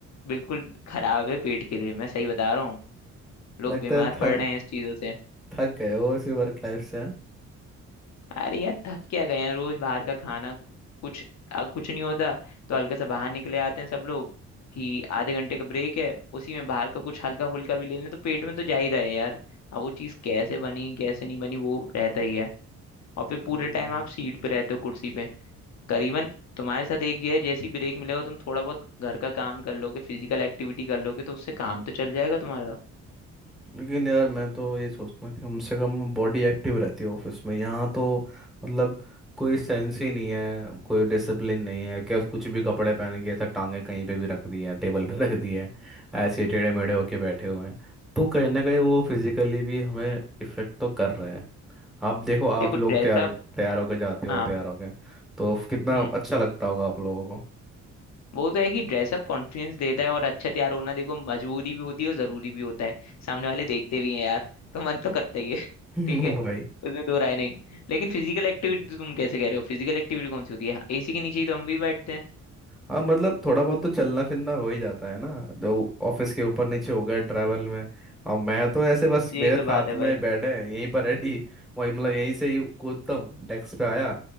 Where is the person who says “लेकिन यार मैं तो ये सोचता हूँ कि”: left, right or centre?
Centre